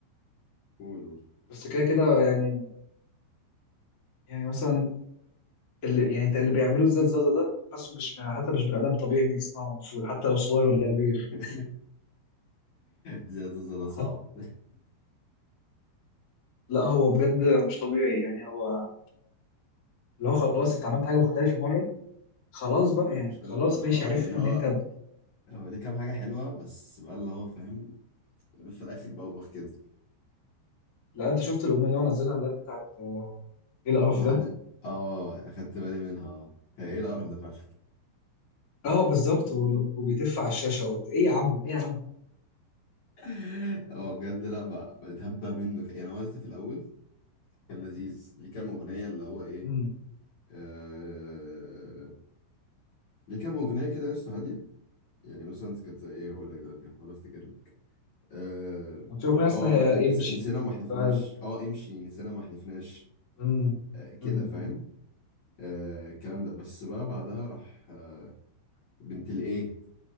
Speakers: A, on the left; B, on the left.
A: قول قول
B: بس كده كده يعني يعني مثلا اللي يعني انت اللي بيعملوا الزاد زازا ده حاسه مش حتى مش بني ادم طبيعي إن يسمعه المفروض حتى لو صغير ولا كبير
A: <laughs> زيادة زيادة صعب
B: حت- لا هو بجد مش طبيعي يعني هو اللي هو خلاص انت عملت حاجه مختلفه مره خلاص
A: <laughs>
B: بقى
A: كل-
B: يعني
A: مش كل
B: خلاص
A: مرة
B: ماشي
A: اه
B: عرفنا
A: يعني هو
B: ان انت
A: هو ليه كام حاجة حلوة بس بقى اللي هو فاهم في الآخر بوخ كده
B: لا انت شفت الاغنيه اللي هو نزلها اللي هي بتاعت آه، ايه القرف
A: ما حد
B: ده
A: اه أخدت بالي منها اه هي ايه القرف ده فعلا
B: اه بالظبط وال- وبيتف على الشاشه وبت... ايه يا عم ايه يا عم
A: <laughs> اه بجد لا بقى بقيت هبه منه ك- يعني هو لسه في الأول كان لذيذ ليه كام أغنية اللي هو ايه
B: امم
A: آه... ليه كام أغنية كده لسه هادية يعني مثلا كانت زي ايه هقول لك دلوقتي هحاول افتكر اه
B: كان في اغنيه اسمها
A: آه، نس-
B: امشي
A: نسينا وما حلفناش
B: فهل-
A: اه امشي نسينا وما حلفناش
B: امم
A: آه كده
B: امم أمم.
A: فاهم آه الكلام ده بس بقى بعدها راح آه بنت الايه